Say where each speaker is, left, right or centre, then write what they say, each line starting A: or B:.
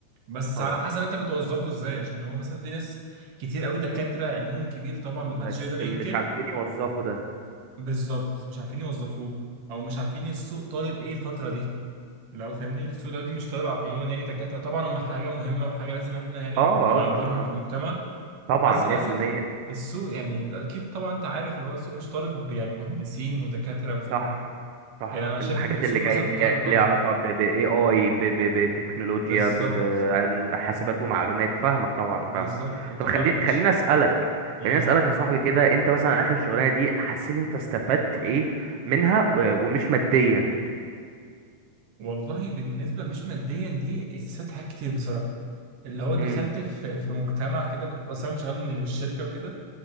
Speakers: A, on the right (about 60°); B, on the right (about 75°).
A: بس
B: طبعا
A: على حسب انت بتوظفه ازاي عشان هو مثلا في ناس كتير قوي دكاترة علمهم كبير طبعا ما
B: بس
A: حدش يقدر ينكر
B: مش عارفين يوظفوا ده
A: بالظبط مش عارفين يوظفوه او مش عارفين السوق طالب ايه الفترة دي لو فاهمني السوق دلوقتي مش طالع عموما يعني دكاترة طبعا هم حاجة مهمة وحاجة لازم احنا يعني
B: اه اه
A: نقدرها
B: اه آه.
A: في المجتمع
B: طبعا
A: بس
B: 100%
A: للأسف السوق يعني أكيد طبعا أنت عارف اللي هو السوق مش طالب يعني مهندسين ودكاترة وكده
B: صح صح
A: يعني أنا شايف
B: الحاجات
A: إن السوق
B: اللي
A: مثلا
B: جايه
A: طالب أه
B: ليها علاقه ب اي اي بتكنولوجيا
A: بالظبط
B: ب- ب- حاسبات ومعلومات فاهمك طبعا فاهمك
A: بالظبط وطبعا
B: طب خلي
A: أنا مش
B: خليني اسالك
A: مم.
B: خليني اسالك يا صاحبي كده انت مثلا اخر شغلانه دي حسيت انت استفدت ايه منها و- ومش ماديا
A: والله بالنسبة مش ماديا دي استفدت حاجات كتير بصراحة اللي هو دخلت
B: امم
A: في في مجتمع كده كنت أصلا كنت شغال من الشركة وكده